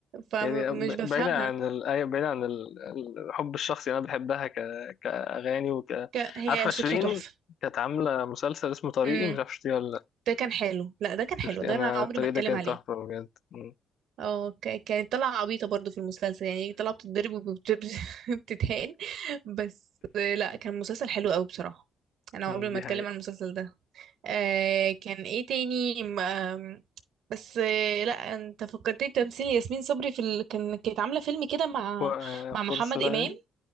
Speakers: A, on the right (about 75°); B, on the left (about 65°).
A: فمش
B: يعني ب-
A: بفهمها
B: بعيدا عن ال... أيوة، بعيدا عن ال- الحب الشخصي انا بحبها ك... كاغاني وك
A: ك- هي
B: عارفة شيرين
A: صوتها تحفه
B: كانت عاملة مسلسل اسمه طريقي
A: امم
B: مش عارف شفتيه ولا لا
A: ده كان حلو لا ده كان حلو
B: شفتي
A: ده
B: انا
A: انا عمري
B: الطريق
A: ما اتكلم
B: ده كان
A: عليه
B: تحفة بجد أمم.
A: اه ك- كانت طالعة عبيطة برضو في المسلسل يعني طالعة بتتضرب وبتتهان <laughs> بس آه، لا كان مسلسل حلو قوي بصراحة انا عمري
B: أمم،
A: ما
B: <laughs> دي
A: اتكلم
B: حقيقة
A: عن المسلسل ده آه كان ايه تاني م- آم، بس آه لا انت فكرتني بتمثيل ياسمين صبري في ال... كان كانت عاملة فيلم كده مع
B: ف-
A: مع محمد
B: فرصة
A: امام